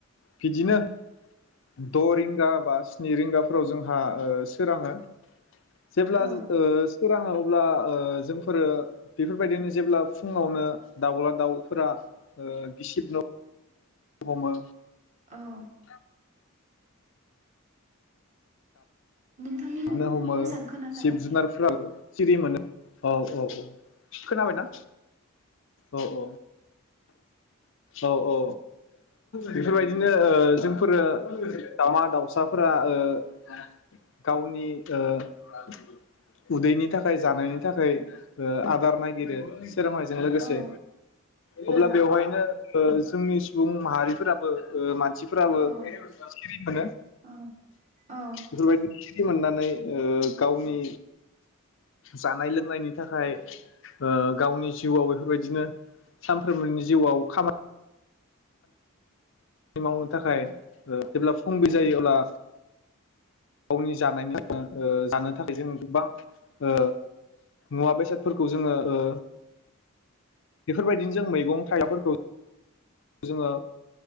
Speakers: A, on the left; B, on the right.
A: बिदिनो द' रिंगा बा स्नि रिंगाफोराव जोंहा ओ - सोराङो। जेब्ला
B: औ
A: ओ स सोराङो अब्ला ओ-जोंफोरो बेफोरबायदिनो जेब्ला फुङावनो दाउला दाउफोरा। ओ गिसिब न' हमो।
B: अ।
A: <unintelligible>
B: नोंथांनिखौ
A: गाबनो
B: मोजां
A: हमो
B: खोनाथाराखै।
A: जिब जुनारफोराबो सिरि मोनो औ औ औ। खोनाबायना
B: औ
A: औ औ। औ औ बेफोरबायदि। बिदिनो ओ
B: औ
A: जोंफोरो। दाउमा दाउसाफोरा ओ- गावनि ओ-उदैनि थाखाय जानायनि थाखाय ओ-आदार नागिरो। सोरोंनायजों लोगोसे
B: औ
A: अब्ला
B: औ
A: बेवहायनो। औ जोंनि सुबुं माहारिफोराबो ओ माने मानसिफोराबो <unintelligible>
B: औ
A: ओं
B: औ औ
A: बेफोरबायदि <unintelligible> मोननानै ओ गावनि जानाय लोंनायनि थाखाय ओ गावनि जिउआव बेफोरबायदिनो सानफ्रोमबोनि जिउआव खामा मावनो थाखाय ओ <unintelligible> फुंबिलि जायो अब्ला गावनि जानायनि <unintelligible> ओ जानो थाखाय जों गोबां ओ मुवा बेसादफोरखौ जोङो ओ बेफोरबायदिनो जों मैगं थाइलाफोरखौ जोङो